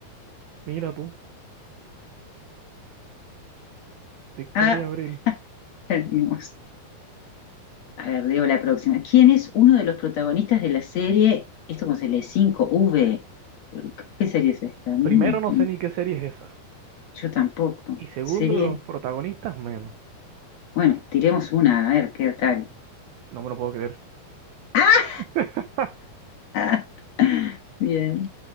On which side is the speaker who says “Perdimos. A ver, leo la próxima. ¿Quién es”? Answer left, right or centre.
Left